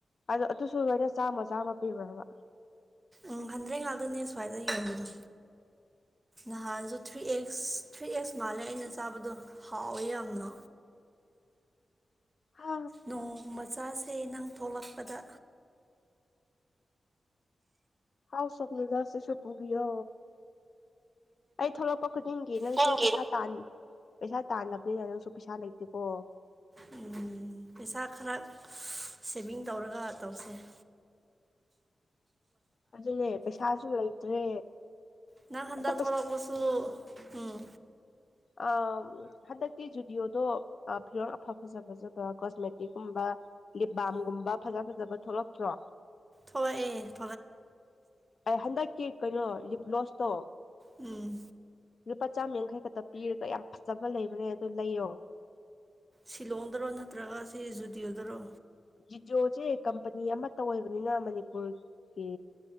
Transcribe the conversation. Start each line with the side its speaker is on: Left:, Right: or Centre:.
Left: ꯑꯗꯨ ꯑꯗꯨꯁꯨ ꯂꯣꯏꯅ ꯆꯥꯝꯃ ꯆꯥꯝꯃ ꯄꯤꯕ꯭ꯔꯕ꯫
Right: ꯎꯝ ꯍꯟꯗ꯭ꯔꯦ ꯉꯥꯛꯇꯣꯏꯅꯦ ꯁ꯭ꯋꯥꯏꯗ ꯌꯦꯡꯕꯗꯣ ꯅꯍꯥꯟꯁꯨ꯫ ꯊ꯭ꯔꯤ ꯑꯦꯛꯁ ꯊ꯭ꯔꯤ ꯑꯦꯛꯁ ꯃꯥꯜꯂꯦ ꯑꯩꯅ ꯆꯥꯕꯗꯣ ꯍꯥꯎꯋꯦ ꯌꯥꯝꯅ꯫
Left: ꯍꯥ
Right: ꯅꯣꯡꯃꯆꯥꯁꯦ ꯅꯪ ꯊꯣꯛꯂꯛꯄꯗ꯫
Left: ꯍꯥꯎꯁ ꯑꯣꯐ ꯅꯨꯗꯜꯁꯁꯨ ꯄꯨꯕꯤꯌꯣ꯫ ꯑꯩ ꯊꯣꯛꯂꯛꯄ ꯈꯨꯗꯤꯡꯒꯤ ꯅꯪꯁꯨ
Right: ꯅꯪꯒꯤ
Left: ꯄꯩꯁꯥ ꯇꯥꯟ꯫ ꯄꯩꯁꯥ ꯇꯥꯟꯗꯕꯅꯤꯅ ꯅꯪꯁꯨ ꯄꯩꯁꯥ ꯂꯩꯇꯦꯀꯣ꯫
Right: ꯎꯝ ꯄꯩꯁꯥ ꯈꯔ ꯁꯦꯚꯤꯡ ꯇꯧꯔꯒ ꯇꯧꯁꯦ꯫ <inaudible>
Left: ꯑꯗꯨꯅꯦ ꯄꯩꯁꯥꯁꯨ ꯂꯩꯇ꯭ꯔꯦ꯫
Right: ꯉ ꯈꯟꯗ
Left: ꯑꯗꯣ
Right: ꯊꯣꯔꯛꯄꯁꯨ ꯎꯝ꯫
Left: ꯑꯥ꯫ ꯍꯟꯗꯛꯇꯤ ꯖꯨꯗꯤꯑꯣꯗꯣ ꯐꯤꯔꯣꯟꯜ ꯑꯐ ꯐꯖ ꯐꯖꯕ ꯀꯣꯁꯃꯦꯇꯤꯛꯀꯨꯝꯕ꯫ ꯂꯤꯞꯕꯥꯝꯒꯨꯝꯕ ꯐꯖ ꯐꯖꯕ ꯊꯣꯛꯂꯛꯇ꯭ꯔꯣ꯫
Right: ꯊꯣꯛꯂꯛꯑ꯫
Left: ꯑꯩ ꯍꯟꯗꯛꯀꯤ ꯀꯩꯅꯣ ꯂꯤꯞ ꯒꯂꯣꯁꯇꯣ꯫
Right: ꯎꯝ꯫
Left: ꯂꯨꯄꯥ ꯆꯥꯃ ꯌꯥꯡꯈꯩ ꯈꯛꯇ ꯄꯤꯔꯒ ꯌꯥꯝ ꯐꯖꯕ ꯂꯩꯕꯅꯦ ꯑꯗꯨ ꯂꯩꯌꯣ꯫
Right: ꯁꯤꯂꯣꯡꯗꯔꯣ ꯅꯠꯇ꯭ꯔꯒ ꯁꯤ ꯖꯨꯗꯤꯌꯣꯗꯔꯣ꯫
Left: ꯖꯤꯗꯤꯌꯑꯣꯁꯦ ꯀꯝꯄꯅꯤ ꯑꯃꯠꯇ ꯑꯣꯏꯕꯅꯤꯅ ꯃꯅꯤꯄꯨꯔꯒꯤ